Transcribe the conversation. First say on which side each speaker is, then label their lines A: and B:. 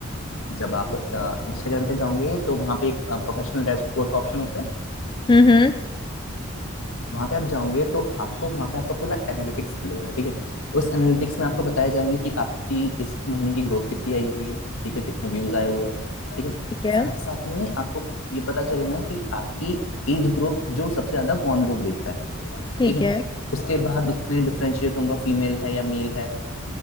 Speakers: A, on the left (about 80°); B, on the left (about 20°).
A: जब आप इंस्टाग्राम पे जाओगे तो वहाँ पे एक प्रोफेशनल डैशबोर्ड का ऑप्शन होता है
B: हम्म हम्म
A: वहां पे आप जाओगे तो आपको वहां पे आपका पूरा एनालिटिक्स मिलेगा ठीक है उस एनालिटिक्स में आपको बताया जाएंगे कि आपकी इस महीने की ग्रोथ कितनी आई हुई है ठीक है कितने व्यूज आए हुए हैं ठीक है
B: ठीक है
A: साथ साथ में आपको ये पता चलेगा कि आपकी एज ग्रुप जो सबसे ज्यादा कौन लोग देख रहा है
B: ठीक
A: ठीक है
B: है
A: उसके बाद उसमें डिफ्रेंशिएट होगा फीमेल है या मेल है